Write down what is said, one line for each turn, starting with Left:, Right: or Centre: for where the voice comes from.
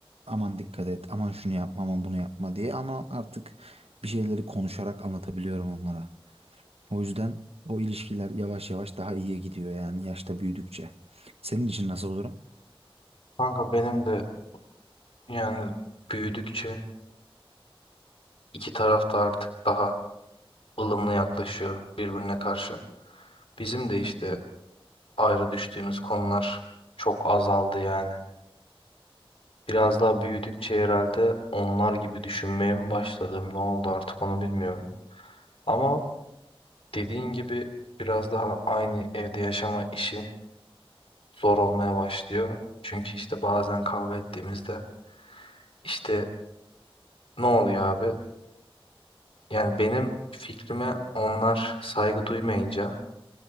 Right: Aman dikkat et, aman şunu yapma, aman bunu yapma diye ama artık bir şeyleri konuşarak anlatabiliyorum onlara. O yüzden o ilişkiler yavaş yavaş daha iyiye gidiyor yani yaşta büyüdükçe. Senin için nasıl olurum?
Left: Kanka benim de yani büyüdükçe iki taraf da artık daha ılımlı yaklaşıyor birbirine karşı. Bizim de işte
Right: Evet abi.
Left: ayrı düştüğümüz konular çok azaldı yani. Biraz daha büyüdükçe herhalde onlar gibi düşünmeye mi başladım, ne oldu artık onu bilmiyorum. Ama dediğin gibi biraz daha aynı evde yaşama işi zor olmaya başlıyor. Çünkü işte bazen kavga ettiğimizde işte ne oluyor abi? Yani benim fikrime onlar saygı duymayınca